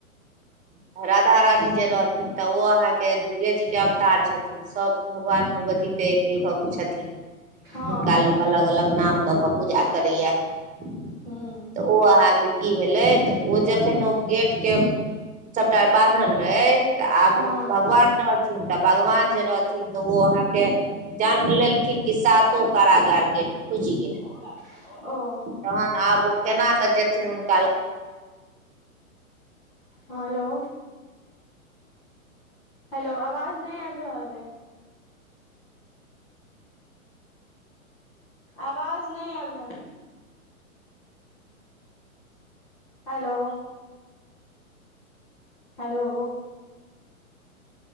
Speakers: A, on the right (about 15°); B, in the centre.
A: तऽ राधा रानी जे रहथिन तऽ ओ अहाँके दुर्गे जी के अवतार छथिन सब भगवान भगवती टेक के भक छथिन
B: हँ
A: हुनका लोक अलग अलग नाम दऽ कऽ पूजा करैएा तऽ
B: हूँ
A: ओ अहाँके की भेलै तऽ ओ जखन ओ गेट के सबटा बान्हल रहै तऽ आब
B: हँ
A: ओ भगवान रहथिन तऽ भगवान जे रहथिन तऽ ओ अहााँ के जन्म लेलखिन कि सातो कारोगार गेट खुजि गेलै
B: ओ
A: तहन आब ओ केना कऽ जेथिन हुनका
B: हँ हेलो हेलो आवाज नै आबि रहल अई आवाज नै आबि रहल यै हेलो हेलो